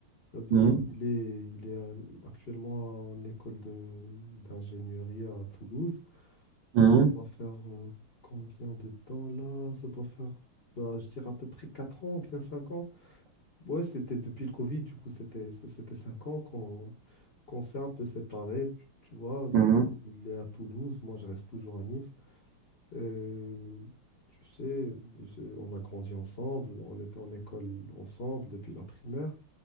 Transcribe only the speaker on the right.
Mhm,
mhm,
mhm.